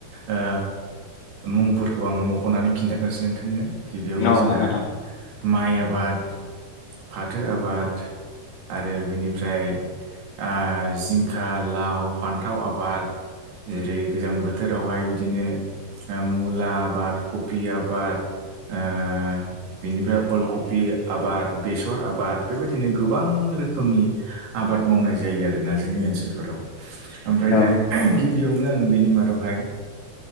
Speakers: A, on the right; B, on the left.
A: ओ मुंफोरखौ आं मख'नानै खिन्थागासिनो नोंथांनो गिबियावनो
B: उम
A: जोंहा
B: उम अ नोंथां
A: माइ आबाद, फाथो आबाद आरो बिनिफ्राय ओ जिंखा, लाव फान्थाव आबाद जेरै गोजां बोथोर आवहाय बिदिनो मुला आबाद, कबि आबाद ओ बिनिफ्राय अलकपि आबाद, बेसर आबाद बेबादिनो गोबां रोखोमनि आबाद मावनाय जायो आरोना जोंनि ओनसोलफोराव ओमफ्राय
B: उम
A: दा गि बियावनो आंङो बिनि मादावहाय